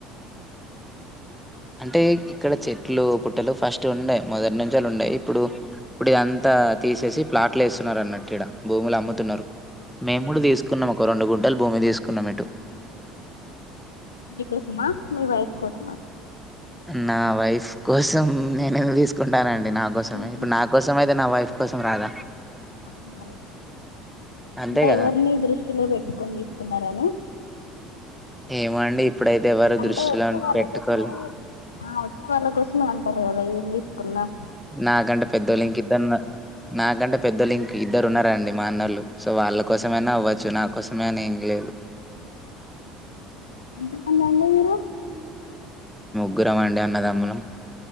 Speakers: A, on the left; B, in the centre.
A: అ
B: అంటే ఇక్కడ చెట్లు పుట్టలు ఫస్ట్ ఉండేయి మొదటి నుంచాలు ఉండయి ఇప్పుడు ఇప్పుడు ఇదంతా తీసేసి ప్లాట్లు వేస్తున్నారు అన్నట్టు ఇడ భూములు అమ్ముతున్నారు మేము కూడా తీసుకున్నాం ఒక రెండు గుంటలు భూమి తీసుకున్నాం ఇటు
A: మీకోసమా మీ వైఫ్ కోసమా
B: నా వైఫ్ కోసం నేనేందీస్కుంటానండి. నాకోసమే
A: ఉమ్.
B: ఇప్పుడ్ నాకోసమై. దె నా వైఫ్ కోసం రాద.
A: అమ్మివరై
B: అంతే
A: అంటె
B: కదా
A: ఎవర్ని దృష్టిలో పెట్టుకొని తీసుకున్నారని.
B: ఏమో అండి ఇప్పుడైతే ఎవరు
A: అంటే
B: దృష్టిలో
A: వచ్చే వాళ్ళ
B: పెట్టుకోలే
A: కోసమే ఆ వచ్చే వాళ్ళ కోసమే అ. తర్ గదా ఏమ్ దీస్కున్నావ్.
B: నాకంటే పెద్దోల్లింకిద్దరున్నార్ నాకంటే పెద్దోల్లింక్ ఇద్దరున్నార్. రండి మా అన్నోల్లు సో వాళ్ళ కోసమైనా అవ్వచ్చు నా కోసమే అనేమ్లేదు.
A: ఎంతమందండి ఇరు.
B: గ్గురమండి అన్నదమ్ములం.